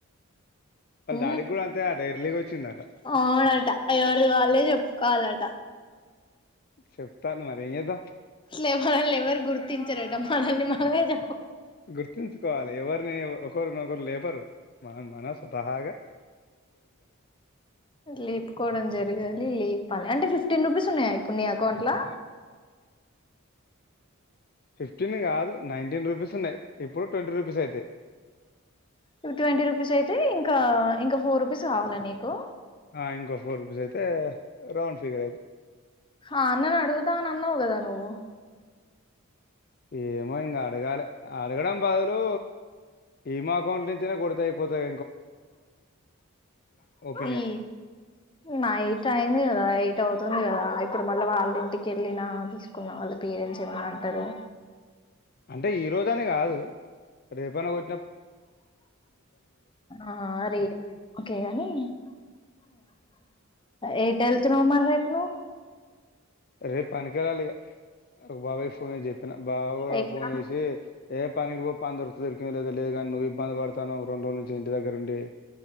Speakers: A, on the left (about 45°); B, on the left (about 20°).
A: వాళ్ళ
B: ఉ
A: డాడీకి కూడా అంతే అట ఎర్లీగా వచ్చిందట
B: అవునట ఎవరిది వాళ్ళే చెపుకోవలట
A: చెప్తాళ్ళు ఏం చేద్దాం
B: అట్లే మనల్ని ఎవరు గుర్తించరట మనల్ని మనమే చే
A: గుర్తుంచుకోవాలి ఎవరిని ఒకరినోకరు లే చెపరు మనం మనస్వతహాగా
B: లేపుకోవడం జరిగాలి లి లేపాలి అంటే ఫిఫ్టీన్ రూపీస్ ఉన్నాయా ఇప్పుడు నీ అకౌంట్ లో
A: ఫిఫ్టీన్ కాదు నైన్టీన్ రూపీస్ ఉన్నాయి ఇప్పుడు ట్వంటీ రూపీస్ అయితాయి
B: ఇ ట్వంటీ రూపీస్ అయితే ఇంకా ఇంకా ఫోర్ రూపీస్ కావాలా నీకు
A: ఆ ఇంకోొ ఫోర్ రూపీస్ అయితే రౌండ్ ఫిగర్ అయిత
B: ఆ అన్నను అడుగుతా అనీ అన్నావ్ కదా నువ్వు
A: ఏమో ఇకా అడగాలి అడగడం బదులు ఈమా అకౌంట్ నుంచనే కొడుతాయి అయిపోతాడు ఒపీనియన్
B: ఈ నైట్ అయింది కదా ఎయిట్ అవుతుంది కదా ఇప్పుడు మళ్ళీ వాళ్ళ ఇంటికి వెళ్ళిన తీసుకున్న వాళ్ళ పేరెంట్స్ ఏమన్నా అంటారు
A: అంటే ఈ రోజు అని కాదు రేపన పో
B: ఆ రే ఓకేగాని ఏ ఏల్తున్నావ్ మరి రేపు నువ్వు
A: రేపు పనికినికిెళ్ళాలి ఒక బాబాయ్ ఫోన్ చెప్పి అన బావో కూడా
B: ఎక్కడ
A: ఫోన్ చేసి ఏ పనికి పో పని దొరుకుత దొరికింది లేదా లేదు కాగాని నువ్వు ఇబ్బంది పడతావు రెండు రోజు నుంచి ఇంటి దగ్గరుండి